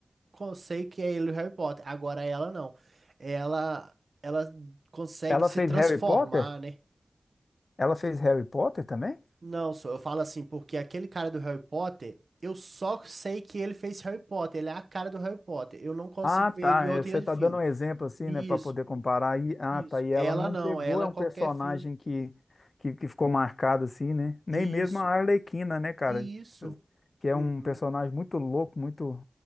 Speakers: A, on the right (about 75°); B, on the left (about 75°).
A: con- sei que é ele o Harry Potter. Agora ela não. Ela, ela consegue
B: Ela
A: se
B: fez
A: transformar,
B: Harry Potter?
A: né?
B: Ela fez Harry Potter também?
A: Não, só eu falo assim, porque aquele cara do Harry Potter, eu só sei que ele fez Harry Potter, ele é a cara do Harry Potter. Eu não consigo
B: Ah, tá.
A: ver ele em outro,
B: é, Você
A: em outro
B: tá
A: filme.
B: dando um exemplo assim,
A: Isso,
B: né, para poder comparar. E, ah,
A: isso.
B: tá. E
A: Ela
B: ela não
A: não,
B: pegou,
A: ela
B: é
A: é
B: um
A: qualquer
B: personagem
A: filme.
B: que, que, que ficou marcado assim, né? Nem
A: Isso,
B: mesmo a Arlequina, né, cara?
A: isso.
B: Que é
A: Uhum,
B: um personagem muito louco, muito,